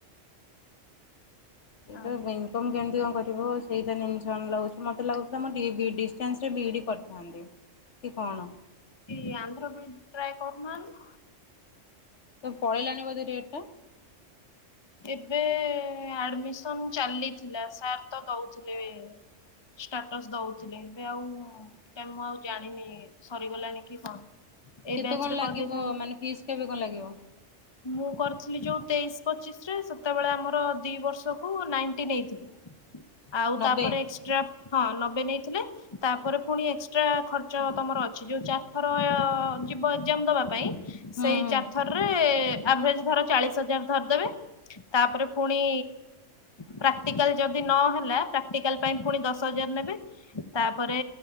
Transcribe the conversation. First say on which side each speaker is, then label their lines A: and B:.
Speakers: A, on the left; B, on the left.
A: ଏ
B: ଆଉ
A: ତ ଇନକମ କେମିତି କଣ କରିବ? ସେଇଟା ଟେନସନ ଲାଗୁଛି ମୋତେ ଲାଗୁଥିଲା ମୁଁ ଡି ଡିଷ୍ଟାନ୍ସରେ ବିଇଡ଼ି କରିଥାନ୍ତି କି କଣ?
B: ଏ ଆନ୍ଧ୍ରବିଇଡି ଟ୍ରାଏ କରୁନାହାନ୍ତି?
A: ତ ପଳେଇଲାଣି ବୋଧେ ଡେଟ ଟା।
B: ଏବେ ଆଡମିସନ ଚାଲିଥିଲା ସାର୍ ତ ଦଉଥିଲେ। ଷ୍ଟାଟସ୍ ଦଉଥିଲେ ଏବେ ଆଉ କାଇଁ ମୁଁ ଆଉ ଜାଣିନି ସରିଗଲାଣି କି କଣ? ଏଇ
A: କେତେ
B: ବ୍ୟାଚ୍
A: କଣ
B: ରେ
A: ଲାଗିବ
B: କରିଦେଇଥାନ୍ତି।
A: ମାନେ ଫିସ୍ କେବେ କଣ ଲାଗିବ?
B: ମୁଁ କରିଥିଲି ଯୋଉ ତେଇଶି ପଚିଶ ରେ ସେତେବେଳେ ଆମର ଦି ବର୍ଷକୁ ନାଇଣ୍ଟି ନେଇଥିଲେ। ଆଉ
A: ନବେ
B: ତାପରେ ଏକ୍ସଟ୍ରା ହଁ ନବେ ନେଇଥିଲେ। ତାପରେ ପୁଣି ଏକ୍ସଟ୍ରା ଖର୍ଚ ତମର ଅଛି ଯୋଉ ଚାରିଥର ଯିବ ଏକ୍ଜାମ ଦବା ପାଇଁ
A: ହୁଁ
B: ସେଇ
A: ହୁଁ
B: ଚାର ଥରରେ ଆଭରେଜ ଧର ଚାଳିଶ ହଜାର ଧରିଦେବେ। ତାପରେ ଫୁଣି ପ୍ରାକ୍ଟିକାଲ ଯଦି ନହଲା ପ୍ରାକ୍ଟିକାଲ ପାଇଁ ପୁଣି ଦଶ ହଜାର ନେବେ। ତାପରେ